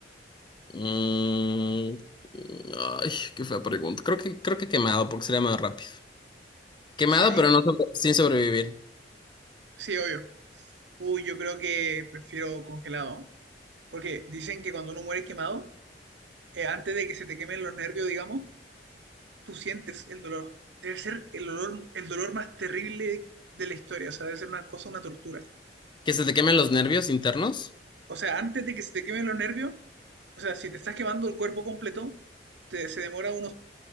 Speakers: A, on the left; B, on the right.
A: Mm, ay, qué fea pregunta. Creo que, creo que quemado, porque sería más rápido. Quemado,
B: Sí,
A: pero no sobre- sin sobrevivir.
B: sí, obvio. Uy, yo creo que prefiero congelado, ¿no? porque dicen que cuando uno muere quemado, eh, antes de que se te quemen los nervios, digamos, tú sientes el dolor. Debe ser el dolor, el dolor más terrible de la historia, o sea, debe ser una cosa, una tortura.
A: Que se te quemen los nervios internos.
B: O sea, antes de que se te quemen los nervios, o sea, si te estás quemando el cuerpo completo, te- se demora unos